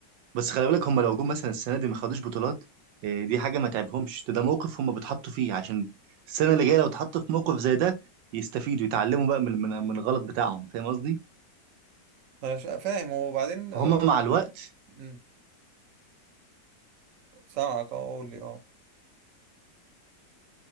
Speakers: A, on the right; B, on the right.
A: بس خلي بالك هم لو جم مثلا السنه دي ما خدوش بطولات آه، دي حاجه ما تعبهمش ده ده موقف هم بيتحطوا فيه عشان السنه اللي جايه لو اتحطوا في موقف زي ده يستفيدوا يتعلموا بقى من من من الغلط بتاعهم فاهم قصدي
B: انا شا- فاهم وبعدين
A: فهم
B: آه،
A: مع الوقت
B: مم، سامعك اه قول لي اه